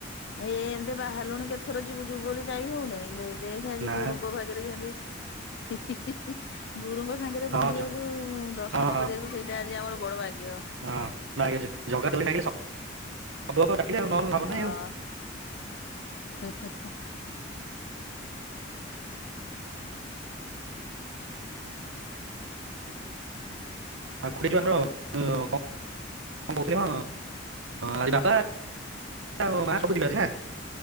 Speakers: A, on the left; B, on the right.
A: ଏ ଏଇ ଏମତି ବାହାରିଲୁଣି କେତଥର ଯିବୁ ଯିବୁ ବୋଲି ଯାଇ ହଉନେଇ ଦେ ଦେଖେ ଆଜି
B: ନା
A: ଗୁଡୁଙ୍କ ଭାଗ୍ୟରେ କେନ୍ତି ହି ହି ହି ହି ଗୁରୁଙ୍କ ସାଙ୍ଗରେ
B: ହଁ
A: ବୁଲିବାକୁ
B: ଜ-
A: ଦର୍ଶନ
B: ହଁ ହଁ
A: କରିବାକୁ ସେଇଟା ଆଜି ଆମର ବଡ ଭାଗ୍ୟ।
B: ହଁ ନାଇଁ ଜଗା ଡ଼ୋରି ନାଗିଲେ ସବୁ ହବ।
A: ହଁ
B: ନାହିଁ ଆଉ।
A: ହି ହି ହି।
B: ଆଉ ଖୁଡ଼ି ଯୋଉ ଆମର କଁ କଣ କହୁଥିଲି ମ ଆଜି ବାବା ଆଉ ମା ସବୁ ଯିବେ ଆଜି ନା?